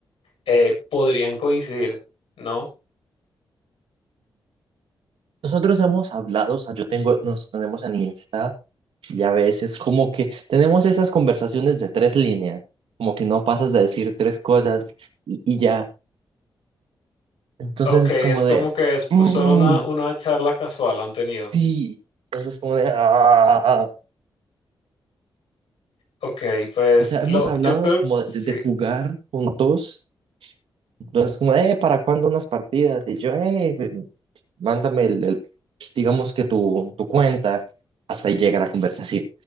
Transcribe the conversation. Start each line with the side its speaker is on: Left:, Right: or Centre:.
Left: eh, podrían coincidir, ¿no?
Right: Nosotros hemos hablado, o sea, yo tengo, nos tenemos en Insta y a veces como que tenemos esas conversaciones de tres líneas, como que no pasas de decir tres cosas y, y ya. Entonces
Left: Ok,
Right: es
Left: es
Right: como
Left: como
Right: de,
Left: que es
Right: "Mm,
Left: pues, solo una, una charla casual han tenido.
Right: sí. Entonces es como de, "Ah".
Left: Ok, pues
Right: O sea, hemos
Left: lo,
Right: hablado
Left: yo creo,
Right: como
Left: sí.
Right: de, de jugar juntos. Entonces como, eh, ¿para cuándo unas partidas? Y yo, eh, mándame el, el- digamos que tu, tu cuenta. Hasta ahí llega la conversación.